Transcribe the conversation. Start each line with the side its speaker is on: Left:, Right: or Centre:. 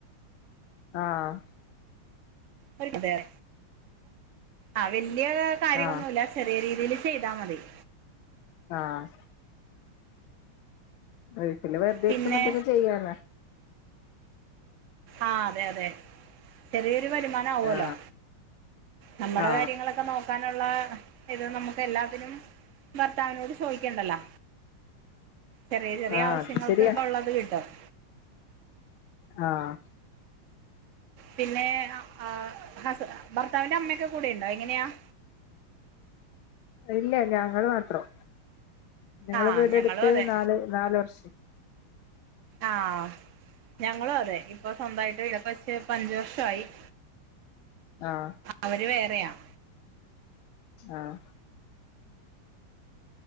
Left: ആഹ്-
Right: ഒര് കസേര ആഹ് വല്ലിയ കാര്യങ്ങളൊന്നുല്ല-
Left: ആ
Right: ചെറിയ രീതീല് ചെയ്താ മതി-
Left: ആഹ്- വീട്ടില് വെർതെ
Right: പിന്നെ
Left: ഇരിക്കുംമ്പം എന്തേലും ചെയ്യാലോ-
Right: ആഹ് അതെ അതെ ചെറീയൊരു വരുമാൻ- നാവൂ
Left: ആ
Right: ല്ലോ നമ്മടെ
Left: ആ
Right: കര്യങ്ങളെക്കെ നോക്ക് ക്കാന്ള്ളാ ഇത് നമ്മുക്ക് എല്ലാത്തിനും- ഭർത്താവിനോട് ചോയിക്കണ്ടല്ലോ ചെറിയ ചെറിയ
Left: ആ
Right: ആവശ്യങ്ങൾക്ക്
Left: അത് ശരിയാ
Right: ക്കെ ള്ളത് കിട്ടും-
Left: ആഹ്-
Right: പിന്നെ അ ആഹ് ഹസ് ഭർത്താവി്ൻ്റെ അമ്മയക്കെ കൂടെ യിണ്ടാ എങ്ങിനിയാ-
Left: ഇല്ല ഞങ്ങള് മാത്രം ഞങ്ങള്
Right: ആ
Left: വീടെടുത്ത്
Right: ഞങ്ങളും അതെ
Left: നാല് നാല് വർഷം-
Right: ആഹ് ഞങ്ങളും അതെ ഇപ്പൊ സ്വന്തായിട്ട് വീട്ക്കെ വച്ച് പ്പഞ്ച് വർഷായി-
Left: ആഹ്
Right: അവര് വേറെയാ-
Left: ആഹ്